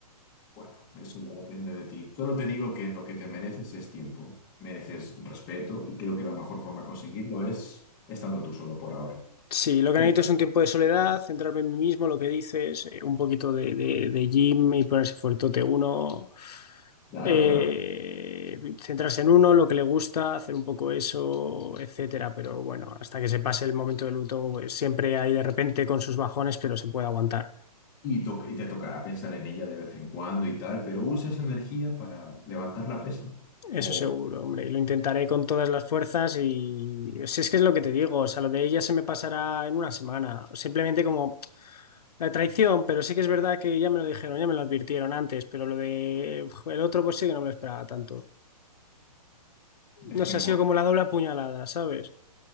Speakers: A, on the left (about 15°); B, on the left (about 80°).
A: Bueno, eso ya depende de ti. Solo te digo que lo que te mereces es tiempo, mereces respeto y creo que la mejor forma de conseguirlo es estando tú solo por ahora.
B: Sí, lo que
A: Pero,
B: necesito es un tiempo de soledad, centrarme en mí mismo, lo que dices, eh, un poquito de, de, de gym y ponerse fuertote. Uno,
A: claro,
B: eh,
A: claro.
B: centrarse en uno, lo que le gusta, hacer un poco eso, etcétera. Pero bueno, hasta que se pase el momento de luto, pues siempre hay de repente con sus bajones, pero se puede aguantar.
A: Y, to- y te tocará pensar en ella de vez en cuando y tal, pero usa esa energía para levantar la pesa.
B: Eso
A: O
B: seguro, hombre. Lo intentaré con todas las fuerzas y si es que es lo que te digo, o sea, lo de ella se me pasará en una semana. Simplemente como La traición, pero sí que es verdad que ya me lo dijeron, ya me lo advirtieron antes, pero lo de uf, el otro pues sí que no me lo esperaba tanto.
A: dejemos...
B: No sé, ha sido como la doble apuñalada, ¿sabes?